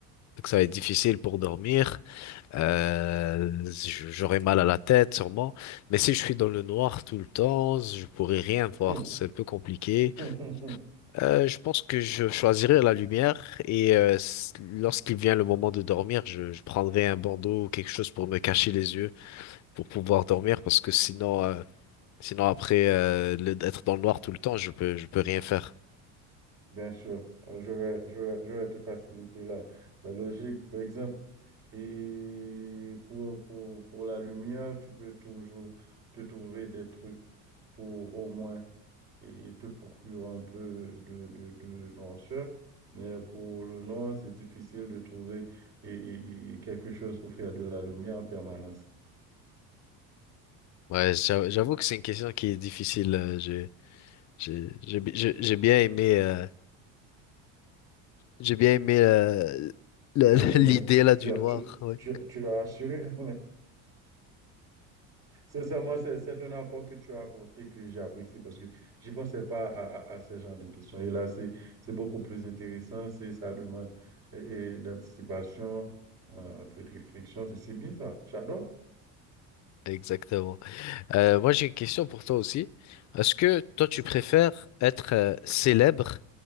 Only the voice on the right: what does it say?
le...
<laughs>
Bien sûr, Euh, je vais, je vais, je vais te faciliter la, la logique. Par exemple, et pour, pour, pour la lumière, tu peux toujours te trouver des trucs pour au moins et te procurer un peu de, de, de noirceur. Mais pour le noir, c'est difficile de trouver et, et- et quelque chose pour faire de la lumière en permanence.
Ben
oui,
mais
tu
as,
tu,
tu, tu as assuré <laughs> Sincèrement, c'est c'est un apport que tu as apporté que j'apprécie parce que je pensais pas à, à, à ce genre de questions. Et là, c'est c'est beaucoup plus intéressant, c'est ça demande euh, euh, d'anticipation, euh, un peu de réflexion. C'est c'est bien ça, j'adore.